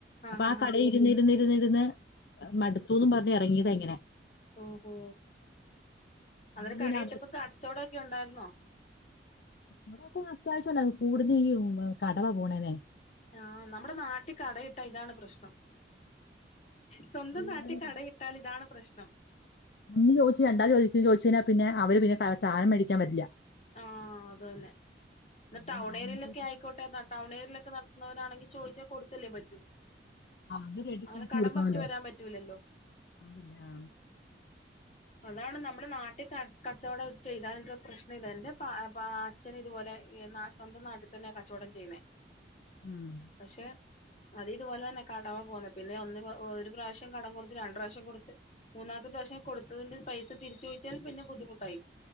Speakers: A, on the left (about 65°); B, on the left (about 40°).
A: അപ്പൊ
B: ഹാ
A: ആഹ്
B: ഹാ
A: കട ഇരുന്ന് ഇരുന്ന് ഇരുന്നിരുന്ന് മടുത്തുന്നും പറഞ്ഞ് ഇറങ്ങിയതങ്ങനെ
B: ഓഹോ അന്നേരം
A: അതുകൊണ്ട്
B: കടയിട്ടപ്പം
A: പിന്നെ അവർക്ക്
B: കടച്ചോടൊക്കെ ഉണ്ടായിരുന്നോ
A: വ്ടോക്കും അത്യാവശ്യാനൽ കൂട്ചെയ്യും ഈ കടവാ പോണേല്ലെ
B: ആഹ് നമ്മുടെ നാട്ടികടയിട്ടാ ഇതാണ് പ്രശ്നം. സ്വന്തം
A: കൂടുതലും
B: നാട്ടീ കടയിട്ടാൽ
A: കട-
B: ഇതാണ് പ്രശ്നം.
A: ഒന്ന് ചോദിച്ച് രണ്ടാത് ചോദിച്ച ചോദിച്ചേയ്നാ പിന്നെ അവര് പിന്നെ സധനം മേടിക്കാൻ വരില്ല.
B: ആഹ് അതു തന്നെ ന്ന
A: അങ്ങനെ
B: ടൗൺ
A: അങ്ങനത്തെ
B: ഏരിയ ലൊക്കെ ആയിക്കോട്ടെ ടൗണേരിയലൊക്കെ നട ന്നോരാണെങ്കി ചോയ്ച്ചാ കൊടുത്തല്ലേ പറ്റു
A: ആ, അത് റെഡി
B: അങ്ങനെ
A: കാശ്
B: കടം
A: കൊടുക്കണമല്ലോ.
B: പറഞ്ഞിട്ടു വെരാൻ പറ്റൂലല്ലോ
A: അതില്ല ആ,
B: അതാണ് നമ്മുടെ നാട്ടിൽ ക കച്ചോടം ചെയ്താലുള്ള പ്രശ് ന്നിന്റെ എന്റെ പ അ പ അച്ഛനിതുപോലെ എന്നാ സ്വന്തം നാട്ടിൽ തന്നെ കച്ചോടം ചെയ്യുന്നേ
A: ഉം.
B: പക്ഷേ അത് ഇതുപോലെതന്നെ കടവൊക്കെ വന്ന് പിന്നെ ഒന്ന് ഒരു പ്രാവ്യം കടം കൊടുത്ത് രണ്ട പ്രാവ്യം കൊടുത്ത് മൂന്നാമത്തെ പ്ര പക്ഷേ കൊടുത്തതിന്റെ പൈസ തിരിച്ചൊയ്ച്ചാൽ പിന്നെ ബുദ്ധിമുട്ടായി.